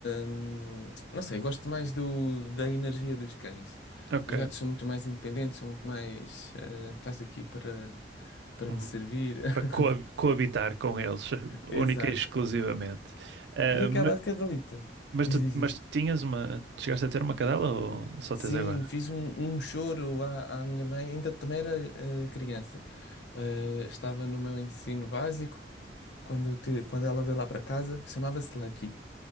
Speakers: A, on the left; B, on the right.
A: hum, não sei, gosto mais do, da energia dos cães.
B: ok.
A: Os gatos são muito mais independentes, são muito mais. eh, estás aqui para, para
B: Uhum.
A: me servir. <laughs>
B: para co- coabitar com eles, <laughs> única
A: Exato.
B: e exclusivamente. Ah,
A: E aquela
B: ma-
A: cadelita?
B: mas,
A: Diz,
B: tu,
A: diz,
B: mas
A: diz.
B: tu tinhas uma. Chegaste a ter uma cadela ou só tens
A: Sim,
B: agora?
A: fiz um, um choro à, à minha mãe, ainda também era eh, criança. Eh, estava no meu ensino básico, quando, te- quando ela veio lá para casa, chamava-se Lucky.